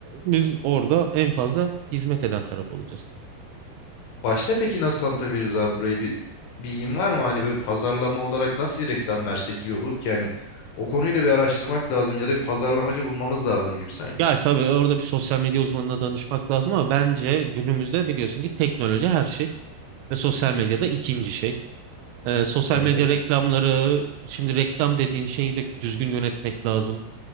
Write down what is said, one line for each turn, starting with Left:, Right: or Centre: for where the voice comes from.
Right: e, biz orada en fazla hizmet eden taraf olacağız.
Left: Başta peki nasıl tanıtabiliriz abi burayı bir bilgin var mı? Hani böyle pazarlama olarak nasıl bir reklam versek iyi olur ki? Yani o konuyu da bir araştırmak lazım ya da bir pazarlamacı bulmamız lazım gibi sanki.
Right: Ya tabii orada bir sosyal medya uzmanına danışmak lazım ama bence günümüzde biliyorsun ki teknoloji her şey ve sosyal
Left: Hı hı.
Right: medyada ikinci şey. E, sosyal
Left: Evet.
Right: medya reklamları, şimdi reklam dediğin şeyi de düzgün yönetmek lazım.